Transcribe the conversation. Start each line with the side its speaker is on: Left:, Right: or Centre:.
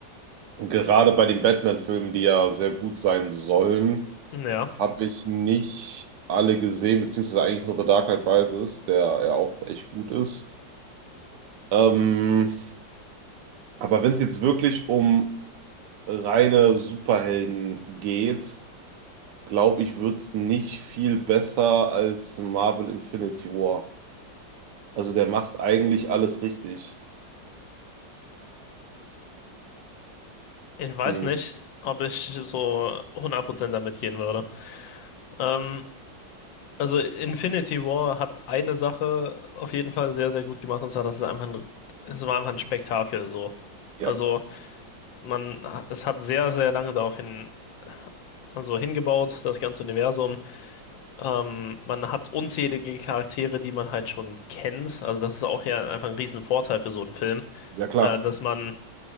Right: Und gerade bei den Batman-Filmen, die ja sehr gut sein sollen,
Left: Ja.
Right: habe ich nicht alle gesehen, beziehungsweise eigentlich nur The Dark Knight Rises, der ja auch echt gut ist. Ähm, aber wenn es jetzt wirklich um reine Superhelden geht, glaube ich, wird es nicht viel besser als Marvel Infinity War. Also der macht eigentlich alles richtig.
Left: Ich weiß
Right: Hm.
Left: nicht, ob ich so hundert Prozent damit gehen würde. Ähm, also Infinity War hat eine Sache auf jeden Fall sehr, sehr gut gemacht, und zwar, dass es einfach ein, es war einfach ein Spektakel so.
Right: Ja,
Left: Also man, es hat sehr, sehr lange darauf hin, also hingebaut, das ganze Universum. Ähm, man hat unzählige Charaktere, die man halt schon kennt. Also das ist auch ja einfach ein riesen Vorteil für so einen Film,
Right: ja klar.
Left: äh, dass man